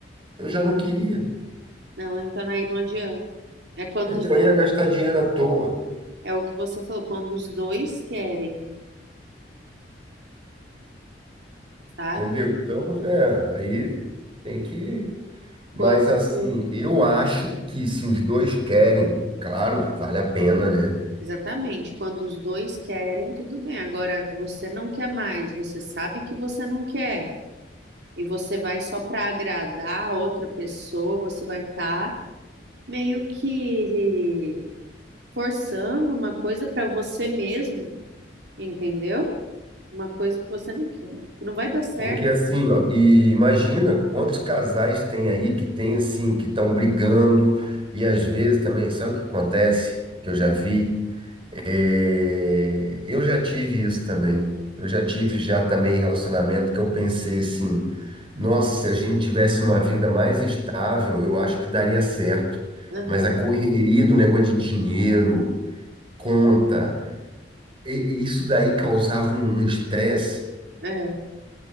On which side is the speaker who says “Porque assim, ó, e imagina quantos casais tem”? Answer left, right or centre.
Right